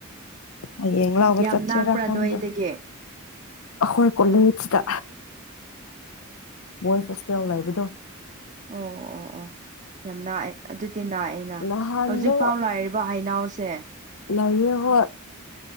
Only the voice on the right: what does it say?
ꯌꯥꯝ
ꯅꯥꯛꯄ꯭ꯔꯥ
ꯅꯣꯏꯗꯒꯤ
ꯑꯣ ꯑꯣ ꯑꯣ ꯑꯣ ꯌꯥꯝ ꯂꯥꯛꯑꯦ ꯑꯗꯨꯗꯤ ꯥꯛꯑꯦ
ꯍꯧꯖꯤꯛ ꯐꯥꯎ ꯂꯥꯛꯔꯤꯕ ꯍꯩꯅꯥꯎꯁꯦ